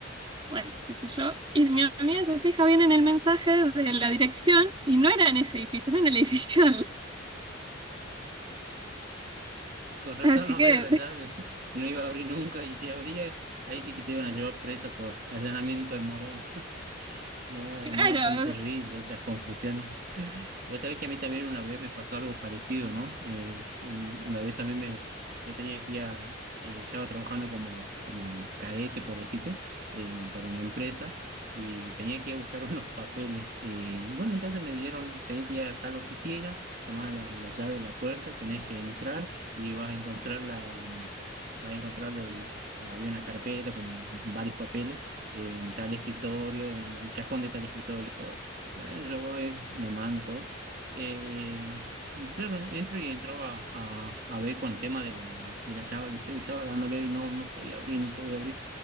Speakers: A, on the right; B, on the right.
A: Bueno, qué sé yo. Y mi amiga se fija bien en el mensaje de la dirección y no era en ese edificio, no era en el edificio. al-
B: Con razón
A: Así
B: no abría
A: que,
B: la llave, <laughs> no iba a abrir nunca, y si abría, ahí sí que te iban a llevar presa por allanamiento de morada. Claro,
A: <laughs> claro,
B: no, son terribles esas confusiones. Vos sabés que a mí también una vez me pasó algo parecido, ¿no? Eh, un- una vez también me, yo tenía que ir a, eh, estaba trabajando como, como cadete, por decirte, eh, para una empresa y tenía que ir a buscar <laughs> unos papeles. eh, y bueno, entonces me dieron, tenía que ir a tal oficina, tomar la, la llave de la puerta, tenés que entrar y vas a encontrar la, vas a encontrar, el- había una carpeta con varios papeles en tal escritorio, en el cajón de tal escritorio, todo. Bueno, yo voy, me mando todo. Eh, y claro, entro y entraba a, a ver con el tema de la, de la llave, ¿viste? Y estaba dándole y no, no podía abrir, no podía abrir